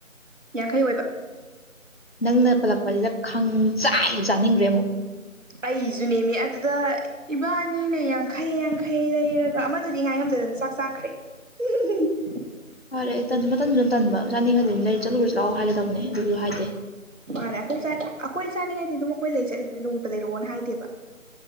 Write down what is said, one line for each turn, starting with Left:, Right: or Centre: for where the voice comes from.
Right: ꯌꯥꯡꯈꯩ ꯑꯣꯏꯕ
Left: ꯅꯪꯅ ꯄꯜꯂꯛꯄꯁꯤꯗ ꯈꯪ ꯆꯥꯏ ꯍꯦ ꯆꯥꯅꯤꯡꯈ꯭ꯔꯦ ꯑꯃꯨꯛ
Right: ꯑꯩꯁꯨ ꯅꯦꯝꯃꯤ ꯑꯗꯨꯗ ꯏꯕꯥꯅꯤꯅ ꯌꯥꯡꯈꯩ ꯌꯥꯡꯈꯩ ꯂꯩꯔꯒ ꯑꯃꯗꯨꯗꯤ ꯉꯥꯏ ꯉꯝꯗꯗꯅ ꯆꯥꯛ ꯆꯥꯈ꯭ꯔꯦ <unintelligible>
Left: ꯐꯔꯦ ꯑꯩ ꯇꯟ ꯃꯇꯟꯖꯨ ꯑꯝ ꯇꯟꯕ ꯆꯥꯅꯤꯡꯉꯗꯤ ꯑꯗꯨꯝ ꯂꯩ ꯆꯠꯂꯨꯔꯖꯤ ꯂꯥꯎ ꯍꯥꯏꯒꯦꯗꯧꯅꯦ ꯑꯗꯨꯖꯨ ꯍꯥꯏꯗꯦ
Right: ꯃꯥꯅꯦ ꯑꯩꯈꯣꯏ ꯆꯥꯟ ꯑꯩꯈꯣꯏ ꯆꯥꯅꯤꯡꯉꯗꯤ ꯑꯗꯨꯝ ꯑꯩꯈꯣꯏ ꯂꯩ ꯆꯠꯂꯤꯗꯨ ꯅꯨꯡꯇ ꯂꯩꯔꯛꯑꯣꯅ ꯍꯥꯏꯗꯦꯕ